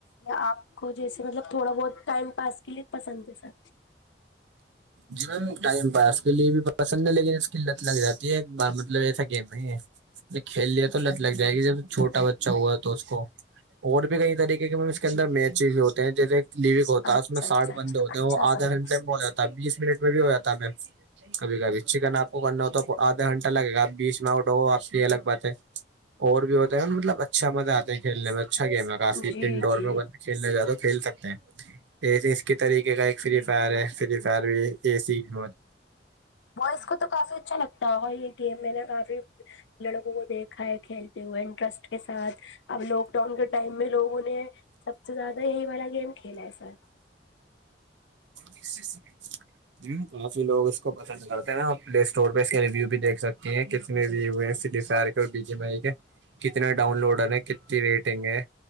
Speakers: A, on the left; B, on the right.
A: آپ کو جیسے مطلب تھوڑا بہت ٹائم پاس کے لیے پسند ہے سر
B: جی میم ٹائم پاس کے لیے بھی پسند ہے لیکن اس کیلت لگ جاتی ہے ایک بار مطلب ایسا گیم نہیں ہے ج کھیل لیا تو لت لگ جائے گی جب چھوٹا بچہ ہوا تو اس کو اور بھی کئی طریقے کے اس کے اندر می چیز ہوتے ہیں جیسے لیوک ہوتا
A: اچھا
B: ہے اس میں
A: اچھا
B: ساٹھ
A: اچھا
B: بندے ہوتے
A: اچھا
B: ہیں وہ
A: سر
B: آدھا گھنٹے میں ہو جاتا ہے بیس منٹ میں بھی ہو جاتا ہمیں کبھی کبھی چکن آپ کو کرنا ہو تو آدھا گھنٹہ لگےاپ بیچ میں آؤٹ ہو آپ سے یہ الگ بات ہے اور بھی ہوتا ہے مطلب اچھا مزہ آتا ہے کھیلنے میں اچھا گیم ہے کافی
A: جی
B: انڈور
A: جی
B: میں کھیلنا زیاد تو کھیل سکتے ہیں ایے اس کے طریقے کا ایک فری فائر ہے فری فر بھی یہ س م
A: بس کو تو کافی اچھا لگتا ہے اور یہ گیم میں نے کافی لڑکوں کو دیکھا ہے کھیل ہوئے انٹرسٹ کے سھ اب لاک ڈاؤن کے ٹائم میں لوگوں نے سب سے زیادہ یہی والا گیم کھیلا ہے سر
B: اس سے س ہ کافی لوگ اس کو پسند کرتے ہیں پلے اسٹور پہ اس کے ریویو بھی دیکھ سکتی ہیں تنے دیے ہوئے ہیں س سر اور بی جمئی کے کتنے ڈاؤن لوڈر ہیں کتنی ریٹنگ ہے